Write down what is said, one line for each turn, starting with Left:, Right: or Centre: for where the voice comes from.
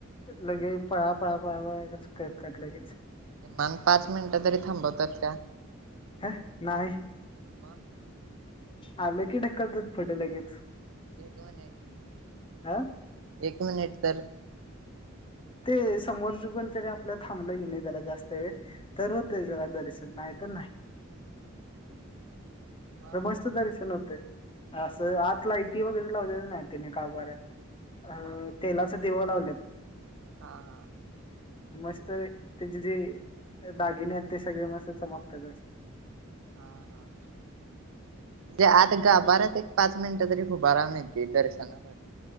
Left: लगेच पळा पळा पळा पळा कस करतय लगेच
Right: कि मग पाच मिनिट तरी थांबवतात का
Left: हा नाहीय
Right: मग
Left: आलं की ढक्कलतात फड लगेच
Right: एक मिनिट
Left: हा
Right: एक मिनिट तर
Left: ते समोरच पण तरी आपलं थांबलं गे नाही जला जास्त वेळ तर होत जरा दर्शन चल नाही तर नाही.
Right: मग
Left: तर मस्त दर्शन होते. असं आत लायटी वगैरे लावलेलं नाही तिने गाभाऱ्यात. आ
Right: मग
Left: तेलाच दिव लावल्यात.
Right: हा हा
Left: मस्त त्याचे जे दगिने आहेत ते. सगळे मस्त चमकतात असते.
Right: हम्म. हम्म. जे आता गाभाऱ्यात एक-पाच मिनिट तरी. उभा राहून येत. दर्शनाला.